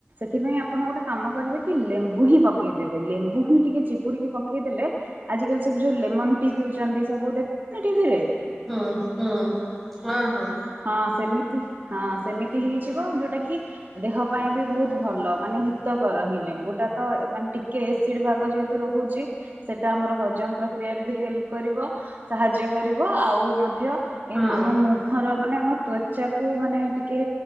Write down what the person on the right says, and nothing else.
ସେଥିପାଇଁ ଆପଣ ଗୋଟେ କାମ କରିବେ କି, ଲେମ୍ବୁ ହିଁ ପକେଇଦେବେ ଲେମ୍ବୁ ହିଁ ଟିକେ ଚିପୁଡ଼ିକି ପକେଇ ଦେଲେ ଆଜିକାଲି ସବୁ ଯୋଉ ଲେମନ ଟି ପିଉଛନ୍ତି ସବୁ ଦେଖୁନ ଟିଭିରେ?
ହଁ ସେମିତି ହଁ ସେମିତି ହେଇଯିବ ଯୋଉଟା କି ଦେହ ପାଇଁ ବି ବହୁତ ଭଲ ମାନେ ହିତକର। ହିଁ ଲେମ୍ବୁ ଟା ତ ମାନେ ଟିକେ ଏସ୍‌ ସିଡ୍‌ ଭାଗ ଯେହେତୁ ରହୁଛି ସେଇଟା ଆମର ହଜମ ପ୍ରକ୍ରିୟାରେ ବି ହେଲ୍ପ କରିବ ସାହାଯ୍ୟ କରିବ ଆଉ ମଧ୍ୟ
ଏ ମାମ ମୁଁ ହର ମାନେ ଆମ ତ୍ୱଚା କୁ ମାନେ ଟିକେ